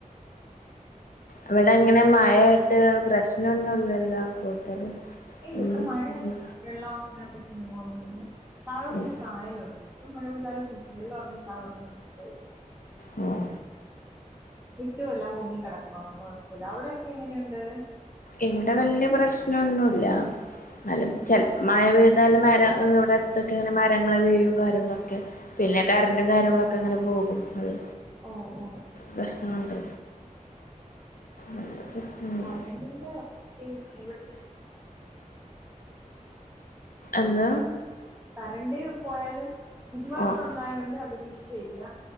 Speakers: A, on the left; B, on the right.
A: അവിടെ അങ്ങനെ മഴായിട്ട് പ്രശ്നൊന്നുംല്ലല്ലോ കൂടുതല്
B: ഇല്ല
A: ഉം
B: ഇവിടെ മഴയൊട്ട
A: ഉം
B: വെള്ളം അങ്ങന പ്രശ്നങ്ങളോ ഒന്ന ഇല്ല താഴോണ്ട
A: ഉം
B: ഒരു കായല ഉണ്ട് എ മഴ പെയ്താലും വെള്ളം ഇറങ്ങി താഴെോട്ട പോകും
A: ഉം
B: മിറ്റും എല്ലാം പൊങ്ങി കിടക്കുവാണ് കുഴപ്പമില്ല അവിടെക്കെ എങ്ങനെയുണ്ട്
A: എവിടെ വല്യ പ്രശ്നൊന്നുമല്ല എന്നാലും ചെലപ്പ മഴ പ്യ്താലും മര ഇവിടെ അടുത്തൊക്കെ ഇങ്ങനെ മരങ്ങളെ വീഴയും കാര്യങ്ങളൊക്കെ പിന്നെ കറന്റും കാര്യങ്ങളൊക്കെ അങ്ങനെ പോകും അത്
B: ഓ ഓ
A: പ്രശ്നമണ്ട് നല്ല പ്രശ്നമുണ്ട്
B: ആരണ്ടിന്റെ ഇവിടെ <inaudible>
A: എന്ത
B: കറണ്ട് പോയാലും ഇൻവേർട്ടർ
A: ആഹ്
B: ഉണ്ടായോണ്ട് അതൊരു വിഷയ ഇല്ല